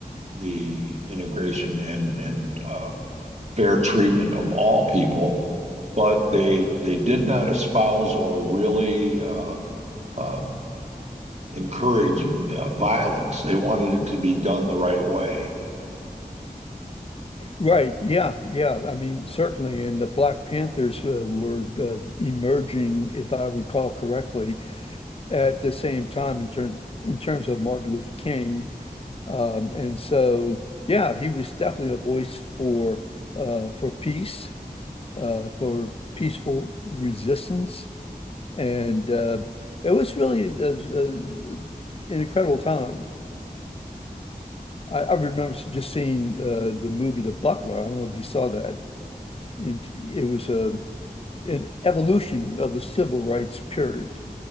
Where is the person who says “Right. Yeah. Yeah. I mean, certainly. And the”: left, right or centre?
Left